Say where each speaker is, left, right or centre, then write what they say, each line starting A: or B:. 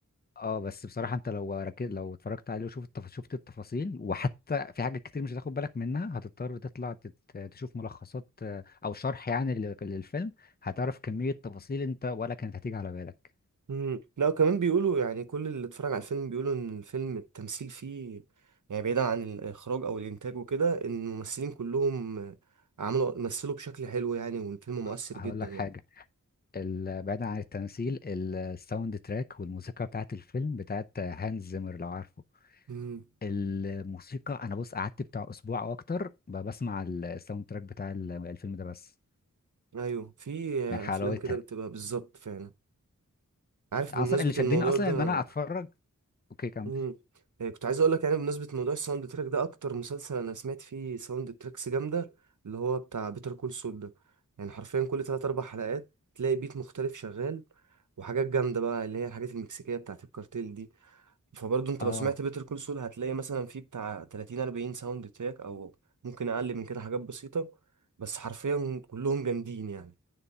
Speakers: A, on the left; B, on the right.
A: اه بس بصراحة انت لو ركز لو اتفرجت عليه وشفت التف... شفت التفاصيل وحتى في حاجات كتير مش هتاخد بالك منها هتضطر تطلع تت... تشوف ملخصات آه، او شرح يعني لل- للفيلم هتعرف كمية تفاصيل انت ولا كانت هتيجي على بالك
B: مم. لا وكمان بيقولوا يعني كل اللي اتفرج على الفيلم بيقولوا ان الفيلم التمثيل فيه يعني بعيدا عن الاخراج او الانتاج وكده ان الممثلين كلهم عملوا مثلوا بشكل حلو يعني والفيلم مؤثر
A: آه، هقول
B: جدا
A: لك
B: يعني
A: حاجة ال... بعيدا عن التمثيل الساوند تراك والموسيقى بتاعت الفيلم بتاعت هانز زيمر لو عارفه
B: مم.
A: الموسيقى انا بص قعدت بتاع اسبوع او اكتر ب- بسمع الساوند تراك بتاع ال- الفيلم ده بس
B: ايوه في افلام
A: من حلاوتها
B: كده بتبقى بالظبط فعلا عارف
A: اصلا
B: بمناسبة
A: اللي شدني
B: الموضوع
A: اصلا
B: ده
A: ان انا اتفرج اوكي كمل
B: مم. إيه، كنت عايز اقول لك يعني بمناسبه موضوع الساوند تراك ده اكتر مسلسل انا سمعت فيه ساوند تراكس جامده اللي هو بتاع بيتر كول سول ده يعني حرفيا كل 3 4 حلقات تلاقي بيت مختلف شغال وحاجات جامده بقى اللي هي الحاجات المكسيكيه بتاعت الكارتيل دي فبرضه انت
A: اه
B: لو سمعت بيتر كول سول هتلاقي مثلا فيه بتاع 30 40 ساوند تراك او ممكن اقل من كده حاجات بسيطه بس حرفيا كلهم جامدين يعني